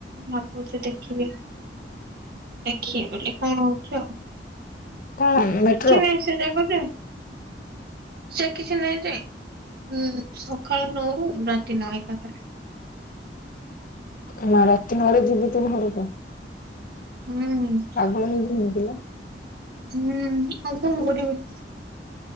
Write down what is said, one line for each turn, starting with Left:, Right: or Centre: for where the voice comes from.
Right: ଭାବୁଛି ଦେଖିବି ଦେଖିବି ବୋଲି କଣ ହଉଛି ଆଉ।
Left: କଣ ଉଁ ଦେ
Right: କିଛି ନାଇଁ ସେରାକ ଯେ। ସେ କିଛି ନାହିଁ ଯେ ଉ ସକାଳ ନଅରୁ ରାତି ନଅ ଏକା ଥରେ।
Left: ଏ ମା ରାତି ନଅରେ ଯିବୁ ତୋ ଘରକୁ।
Right: ହୁଁ।
Left: ହଁ ଯିବୁ କିଲୋ।
Right: ହୁଁ ଆଉ କଣ କରିବି?